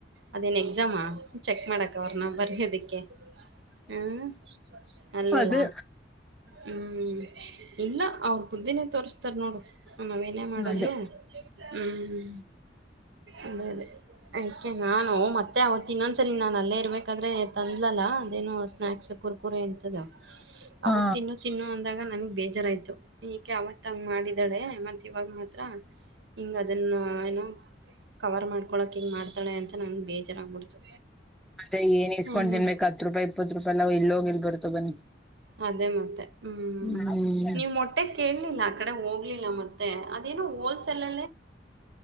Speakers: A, on the right; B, in the centre.
A: ಅದೇನ್ ಎಕ್ಸಾಮಾ ಚೆಕ್ ಮಾಡಕ ಅವ್ರನ ಬರೆಯೋದಿಕ್ಕೆ ಹ್ಮ ಅಲ್ವಲ
B: ಅದೇ
A: ಹ್ಮ್ ಇಲ್ಲ ಅವರು ಬುದ್ಧಿನೇ ತೋರಿಸಸ್ತಾರ ನೋಡು ನಾವೇನೇ ಮಾಡಿದ್ರು
B: ಅದೇ
A: ಹ್ಮ್ ಅದೇ ಅದೇ ಅಯ್ಕೆ ನಾನು ಮತ್ತೆ ಅವತ್ತ ಇನ್ನೊಂದು ಸರಿ ನಾನು ಅಲ್ಲೇ ಇರ್ಬೇಕಾದ್ರೆ ತಂದಲಲ್ಲ ಅದೇನು ಸ್ನಾಯಾಕ್ಸ್ ಕುರ್ಕುರು ಎಂತದ
B: ಹಾ
A: ಅವಾಗ ತಿನ್ನು ತಿನ್ನು ಅಂದಾಗ ನನ್ಗ್ ಬೇಜಾರಾಯ್ತು ಈಏಕೆ ಅವಾತು ಹಂಗ್ ಮಾಡಿದ್ದಾಳೆ ಮತ್ತೆ ಇವಾಗ ಮಾತ್ರ ಹಿಂಗ ಅದನ್ನು ಏನೋ ಕವರ್ ಮಾಡ್ಕೊಳಕ್ ಹಿಂಗ ಮಾಡ್ತಳ ಅಂತ ನಂಗೆ ಬೇಜಾರಾಗ್ಬಿಡ್ತು
B: ಮತ್ತೆ ಏನ್ ಇಸ್ಕೊಂಡ್
A: ಹ್ಞೂ
B: ತಿನ್ಬೇಕಕ್ ಹತ್ ರೂಪಾಯಿ ಇಪ್ಪತ್ತು ರೂಪಾಯಿ ಎಲ್ಲ ಹೊಗಿಲ್ ಬರ್ತೋ ಬನ್ನಿ
A: ಅದೇ ಮತ್ತೆ ಹ್ಮ್
B: ಹ್ಮ್
A: ನೀವ್ ಮೊಟ್ಟೆ ಕೇಳಲಿಲ್ಲ ಆ ಕಡೆ ಹೋಗ್ಲಿಲ್ಲ ಮತ್ತೆ ಅದೇನು ಹೋಲ್ಸೆಲ್ಲಿ